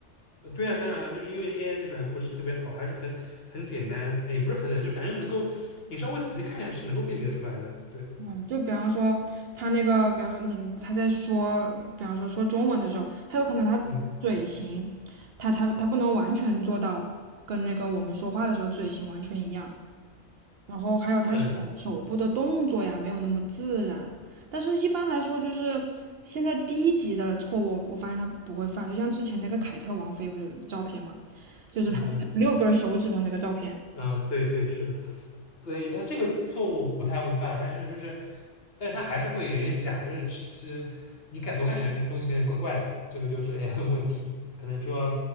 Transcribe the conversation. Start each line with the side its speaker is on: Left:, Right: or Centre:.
Left: 呃对啊，当然啊就是因为 AI 技术还不是特别好，还是很很简单，哎也不是很简单，就反正能够你稍微仔细看一下是能够辨别出来的。对，
Right: 嗯，就比方说他那个，比方说你他在说，比方说说中文的时候，他有可能他嘴型，
Left: 嗯
Right: 他他他不能完全做到跟那个我们说话的时候嘴型完全一样，然后还有他手手部的动作呀，
Left: 嗯
Right: 没有那么自然。但是一般来说，就是现在低级的错误，我发现他不会犯，就像之前那个凯特王妃不是有照片嘛，就是他他六根手指头那个照片，
Left: 嗯嗯嗯，对对是的，对他这个错误不太会犯，但是就是，但是他还是会有点假，就是这你感总感觉这东西有点怪怪的，这个就是 AI 的问题，可能就要